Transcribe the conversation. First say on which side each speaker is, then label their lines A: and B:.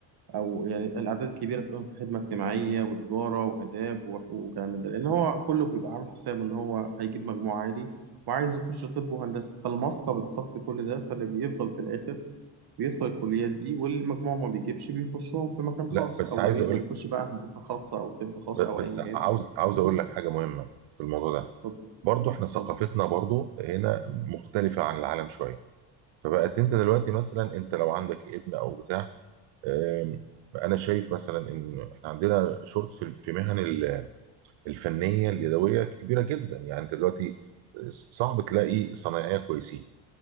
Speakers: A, on the right; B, on the right.
A: او يعني الاعداد الكبيره تلاقيهم في خدمه اجتماعيه وتجاره واداب وحقوق وكلام من ده لان هو كله بيبقى عامل حسابه ان هو هيجيب مجموع عالي وعايز يخش طب وهندسه فالمصفى بتصفي كل ده فاللي بيفضل في الاخر بيدخل الكليات دي واللي مجموعه ما بيجيبش بيخشهم في مكان
B: لا
A: خاص
B: بس
A: او
B: عايز
A: لو يقدر
B: أقول
A: يخش بقى هندسه خاصه او طب خاص
B: ب-
A: او
B: بس
A: ايا كان
B: عاوز عاوز
A: يخش
B: أقول لك حاجة مهمة في الموضوع ده
A: اتفضل
B: برضه إحنا ثقافتنا
A: اتفضل
B: برضه هنا مختلفة عن العالم شوية فبقت انت دلوقتي مثلا انت لو عندك ابن او بتاع آم، انا شايف مثلا ان احنا عندنا شورت في في مهن ال- الفنيه اليدويه كبيره جدا يعني انت دلوقتي صعب تلاقي صنايعيه كويسين